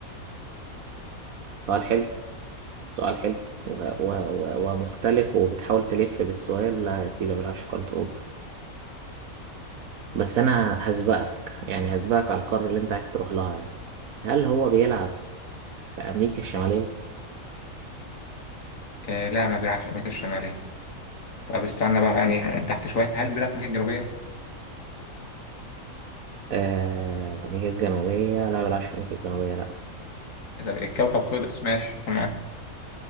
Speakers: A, on the right; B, on the left.
A: سؤال حلو سؤال حلو و- و- و- ومختلف وبتحاول تلف بالسؤال لا يا سيدي ما بيلعبش في قارة أوروبا بس أنا هسبقك يعني هسبقك على القارة اللي أنت عايز تروح لها يعني هل هو بيلعب في أمريكا الشمالية؟
B: آه لا ما بيلعبش في أمريكا الشمالية طب استنى بقى يعني تحت شوية هل بيلعب في أمريكا الجنوبية؟
A: آه، أمريكا الجنوبية لا ما بيلعبش في أمريكا الجنوبية لا
B: طب الكوكب خلص ماشي تمام